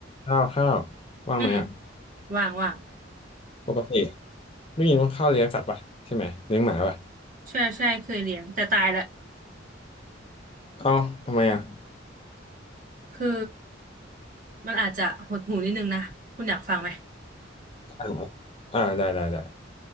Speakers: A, on the left; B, on the right.
A: ข้าวข้าวว่างไหมอ่ะ
B: อืมว่างว่าง
A: ปกติได้ยินว่าข้าวเลี้ยงสัตว์ป่ะใช่ไหมเลี้ยงหมาป่ะ
B: ใช่ใช่เคยเลี้ยงแต่ตายละ
A: เอ้าทำไมอ่ะ
B: คือมันอาจจะหดหูนิดนึงนะคุณอยากฟังไหม
A: อ่าอ่าได้ได้ได้